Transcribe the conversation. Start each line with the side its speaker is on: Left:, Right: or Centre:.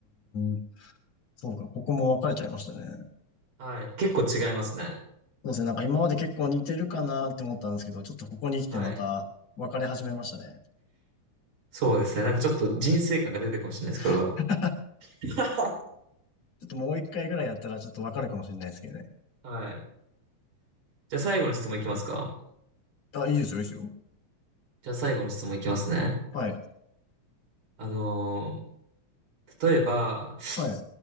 Left: ん。そうか、ここも分かれちゃいましたね。
Right: はい。結構違いますね。
Left: そうですね、なんか今まで結構似てるかなって思ったんですけど、ちょっとここに来てまた分かれ始めましたね。
Right: はい。そうですね。なんかちょっと人生観が出てるかもしれないです、これは。
Left: <laughs>
Right: <laughs>
Left: ちょっともう一回ぐらいやったらちょっと分かるかもしれないですけどね。
Right: はい。じゃあ最後の質問いきますか。
Left: あ、いいですよ、いいですよ。
Right: じゃあ最後の質問いきますね。
Left: はい。
Right: あのー例えば、
Left: はい。